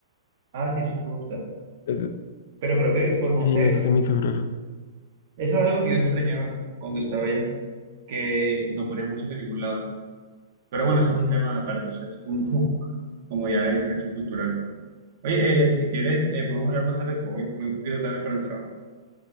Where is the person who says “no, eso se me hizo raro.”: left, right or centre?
Left